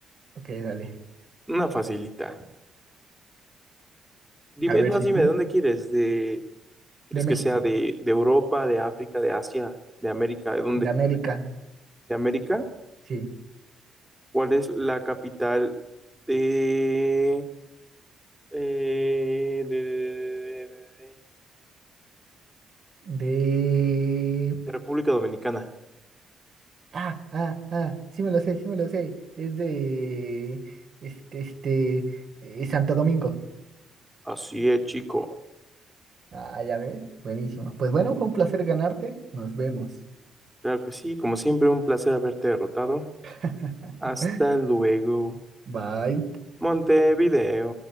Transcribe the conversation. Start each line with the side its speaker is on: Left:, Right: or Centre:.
Right: Ok, dale.
Centre: Una facilita. Dime,
Right: A ver
Centre: es más,
Right: si
Centre: dime,
Right: sí.
Centre: ¿de dónde quieres? ¿De, quieres
Right: De México.
Centre: que sea de, de Europa, de África, de Asia, de América? ¿De dónde?
Right: De América.
Centre: ¿De América?
Right: Sí.
Centre: ¿Cuál es la capital de, eh, de, de- de- de- de-
Right: De.
Centre: de República Dominicana?
Right: Ah, ah, ah. Sí me lo sé, sí me lo sé. Es de. Este, este. eh, Santo Domingo.
Centre: Así es, chico.
Right: Ah, ya ves. Buenísimo. Pues bueno, fue un placer ganarte. Nos vemos.
Centre: Claro que sí, como siempre, un placer haberte derrotado.
Right: <laughs>
Centre: Hasta luego,
Right: Bye.
Centre: Montevideo.